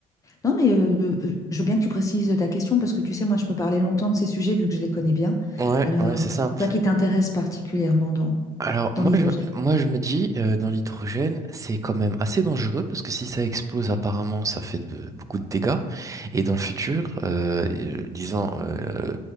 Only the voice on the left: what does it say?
Non, mais euh, euh, je veux bien que tu précises ta question parce que tu sais, moi, je peux parler longtemps de ces sujets vu que je les connais bien.
Alors,
c'est quoi qui t'intéresse particulièrement dans,
dans
l'hydrogène?